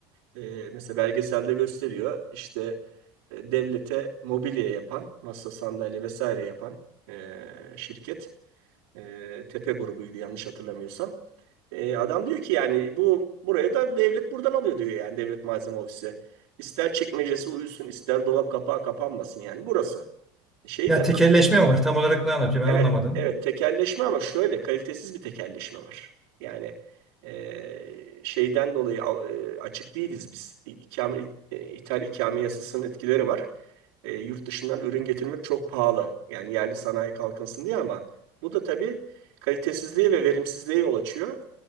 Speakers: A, on the right; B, in the centre.
A: E, mesela belgeselde gösteriyor işte e, devlete mobilya yapan, masa sandalye vesaire yapan e, şirket e, Tepe grubuydu yanlış hatırlamıyorsam. E, adam diyor ki yani bu buraya da devlet buradan alıyor diyor yani devlet malzeme ofisi. İster çekmecesi uyusun ister dolap kapağı kapanmasın yani burası. E, Şey
B: Yani
A: de
B: tekelleşme mi var? Tam olarak ne anlatıyor
A: Evet,
B: ben anlamadım.
A: evet tekelleşme ama şöyle kalitesiz bir tekelleşme var. Yani e, şeyden dolayı a- e, açık değiliz biz. İ- İkame, e, ithal ikame yasasının etkileri var. E, yurt dışından ürün getirmek çok pahalı. Yani yerli sanayi kalkınsın diye ama bu da tabii kalitesizliğe ve verimsizliğe yol açıyor.